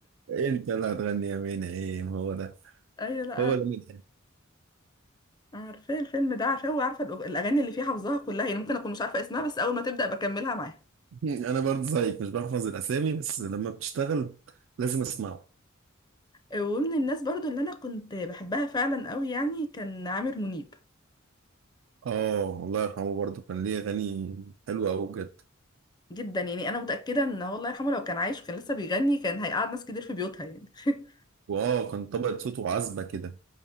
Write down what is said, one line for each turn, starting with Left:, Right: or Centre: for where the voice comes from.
Right: انت اللي هتغني يا مينا ايه ما هو ده
Left: <laughs> ايوه لا عارف-
Right: هو ده مدحت
Left: عارفاه الفيلم ده عارفاه وعارفه الأغ- الاغاني اللي فيه حافظاها كلها يعني ممكن اكون مش عارفه اسمها بس اول ما تبدا بكملها معاها
Right: <laughs> انا برضه زيك مش بحفظ الاسامي بس لما بتشتغل لازم اسمعه
Left: ومن الناس برضو اللي انا كنت بحبها فعلا قوي يعني كان عامر منيب
Right: اه الله يرحمه برضه كان ليه اغاني حلوه قوي بجد
Left: جدا يعني انا متاكده ان هو الله يرحمه لو كان عايش وكان لسه بيغني كان هيقعد ناس كتير في بيوتها يعني <laughs>
Right: واه كان طبقه صوته عذبه كده